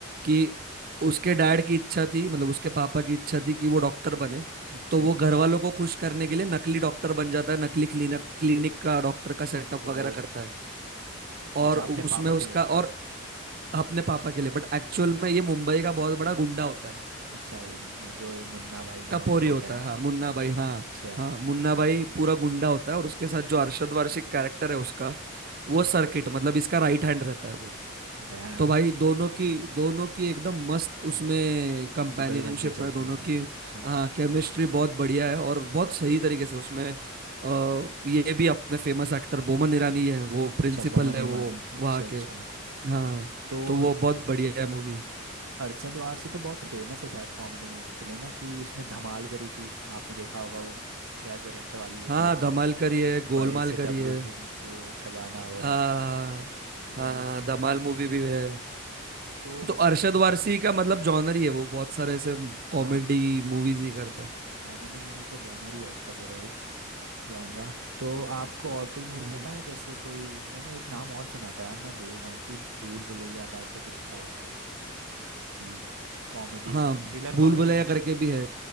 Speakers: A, on the right; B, on the right.
A: कि उसके डैड की इच्छा थी मतलब उसके पापा की इच्छा थी कि वो डॉक्टर बने
B: अच्छा
A: तो वो घर वालों को खुश करने के लिए नकली डॉक्टर बन जाता है नकली क्लिनिक क्लिनिक का डॉक्टर का सेटअप वगैरह
B: ओ
A: करता है
B: अच्छा
A: और उसमें
B: अपने पापा
A: उसका
B: के लिए
A: और अपने पापा के लिए बट एक्चुअल में ये मुंबई का बहुत बड़ा गुंडा होता है
B: अच्छा ये म- जो ये मुन्ना भाई
A: टपोरी
B: नाम का होता
A: होता
B: है ना
A: है हाँ मुन्ना भाई हाँ
B: अच्छा
A: हाँ मुन्ना भाई पूरा गुंडा होता है और उसके साथ जो अरशद वारशिक कैरेक्टर है उसका वो सर्किट मतलब इसका राइट हैंड रहता है वो
B: डैम
A: तो भाई दोनों की दोनों की एकदम मस्त उसमें कंपेनियनशिप
B: जुगलबंदी चलती
A: है दोनों
B: है मतलब
A: की
B: अच्छा
A: हाँ केमिस्ट्री बहुत बढ़िया है और बहुत सही तरीके से उसमें अ, ये भी अपने फेमस एक्टर बोमन ईरानी है वो प्रिंसिपल
B: अच्छा बमन
A: है
B: ए
A: वो
B: मारी अच्छा
A: वहाँ
B: अच्छा
A: के हाँ
B: तो
A: तो वो बहुत बढ़िया है मूवी
B: अरशद वारसी तो बहुत फेमस है शायद कॉमेडी मूवी के लिए ना कि उसने धमाल करी थी आपने देखा होगा वो ट्रेजर हंट वाली होती
A: हाँ
B: है जो
A: धमाल करी है गोलमाल
B: बड़े से डब्लू
A: करी है
B: के नीचे खजाना होगा
A: हाँ
B: वो
A: हाँ
B: वाली बहुत
A: धमाल मूवी
B: तगड़ी
A: भी
B: होगी
A: है
B: तो
A: तो
B: इसमें
A: अरशद वारसी का मतलब जॉनर ही है वो बहुत सारे ऐसे
B: हाँ
A: कॉमेडी मूवीज ही करता है
B: कॉमेडी मूवी का जॉनर ही है उसका पूरा एक जॉनरा तो आपको और कोई मूवी
A: हम्म।
B: पता है जैसे कोई मैंने एक नाम और सुना था यार मैं बोल रहा हूँ कि भूल भुलैया टाइप का कुछ था उसका सीन कॉमेडी
A: हाँ
B: थ्रिलर
A: भूल
B: कॉमेडी
A: भुलैया
B: थी
A: करके
B: शायद वो
A: भी है